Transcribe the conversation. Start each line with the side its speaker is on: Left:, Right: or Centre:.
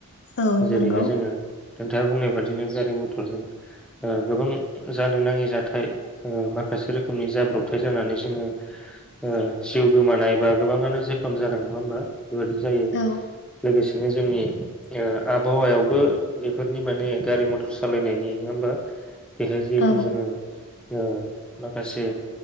Left: औ
Centre: जेरैहाय
Left: नंगौ
Centre: जोङो नोथाङा बुंनाय बादिनो गारि मथरजों ओ गोबां जानो नाङि जाथाय ओ माखासे रोखोमनि जाब्रबथाय जानानै जोङो ओ जिउ गोमानाय बा गोबाङानो जोखोम जानाय नङा होमबा बेबायदि जायो
Left: औ
Centre: लोगोसे बिदिनो जोंनि ओ आभावायावबो बेफोरनि माने गारि मथर सालायनायनि नङा होमबा बेहाय जिहेथु
Left: औ
Centre: जोङो ओ माखासे